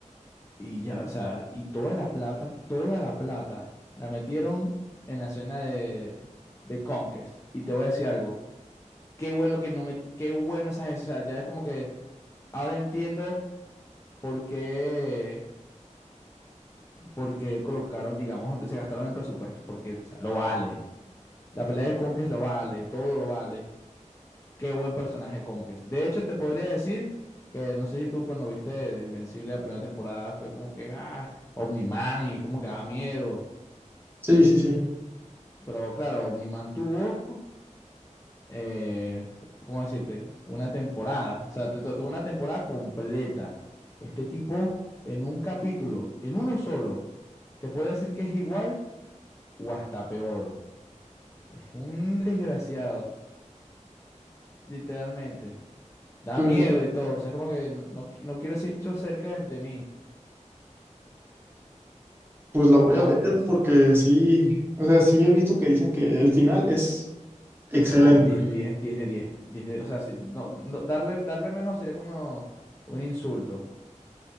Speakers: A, on the left; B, on the right.
A: Y ya, o sea, y toda la plata, toda la plata, la metieron en la escena de, de Conquest. Y te voy a decir algo. Qué bueno que no me, qué bueno esas, o sea, ya es como que ahora entiendo. porque porque colocaron, digamos, se gastaron el presupuesto, porque o sea, lo vale. La pelea de conquest lo vale, todo lo vale. Qué buen personaje conquest De hecho, te podría decir que no sé si tú cuando viste Invencible la primera temporada fue como que, ah, Omniman y como que da miedo.
B: Sí, sí, sí.
A: Pero claro, Omniman tuvo, eh, ¿cómo decirte? Una temporada. O sea, tu- tu- tuvo una temporada completa. Este tipo, en un capítulo, en uno solo, te puedo decir que es igual o hasta peor. Es un desgraciado, literalmente. Da
B: Pues,
A: miedo y todo. O sea, es como que no, no qui- no quiero ese bicho cerca de, de mí.
B: pues la voy a
A: Conques.
B: ver porque sí. O sea, sí he visto que dicen que el final es excelente.
A: O 10 de diez, diez de diez, diez de- o sea, si- no, no- darle, darle menos sería como un insulto.